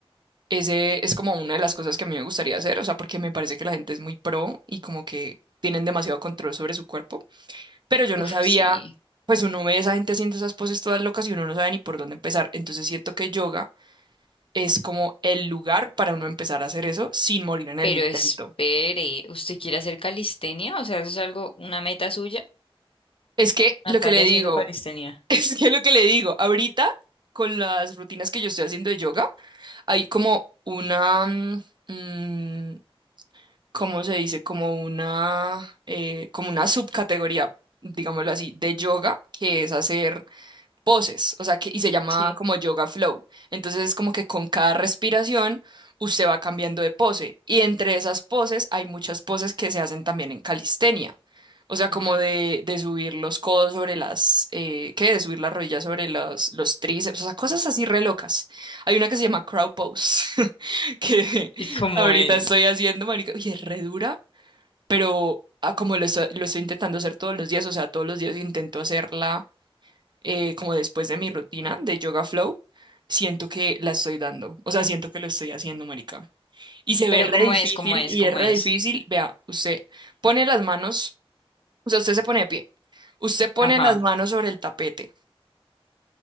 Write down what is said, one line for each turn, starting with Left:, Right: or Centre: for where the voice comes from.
Right: Ese es como una de las cosas que a mí me gustaría hacer, o sea, porque me parece que la gente es muy pro y como que tienen demasiado control sobre su cuerpo, pero yo
Left: Uf,
Right: no sabía,
Left: sí.
Right: pues uno ve a esa gente haciendo esas poses todas locas y uno no sabe ni por dónde empezar, entonces siento que yoga es como el lugar para uno empezar a hacer eso sin morir en el
Left: Pero
Right: intento.
Left: espere, ¿usted quiere hacer calistenia? O sea, ¿eso es algo, una meta suya?
Right: Es que
Left: Natalia
Right: lo que le digo,
Left: haciendo calistenia.
Right: <laughs> es que lo que le digo, ahorita con las rutinas que yo estoy haciendo de yoga, hay como una, mm, ¿cómo se dice? Como una, eh, como una subcategoría, digámoslo así, de yoga, que es hacer poses, o sea, que, y se llama
Left: Sí.
Right: como yoga flow. Entonces es como que con cada respiración usted va cambiando de pose y entre esas poses hay muchas poses que se hacen también en calistenia. O sea, como
Left: Uf.
Right: de, de subir los codos sobre las, eh, ¿qué? De subir las rodillas sobre los, los tríceps, o sea, cosas así re locas. Hay una que se llama crow pose, <laughs> que
Left: ¿Y cómo
Right: ahorita
Left: es?
Right: estoy haciendo, marica, y es re dura, pero ah, como lo estoy, lo estoy intentando hacer todos los días, o sea, todos los días intento hacerla eh, como después de mi rutina de Yoga Flow, siento que la estoy dando. O sea, siento que lo estoy haciendo, marica. Y se
Left: Pero
Right: ve re
Left: ¿cómo
Right: difícil,
Left: es? ¿Cómo es?
Right: y
Left: ¿Cómo
Right: es re
Left: es?
Right: difícil. Vea, usted pone las manos, o sea, usted se pone de pie. Usted pone
Left: Ajá.
Right: las manos sobre el tapete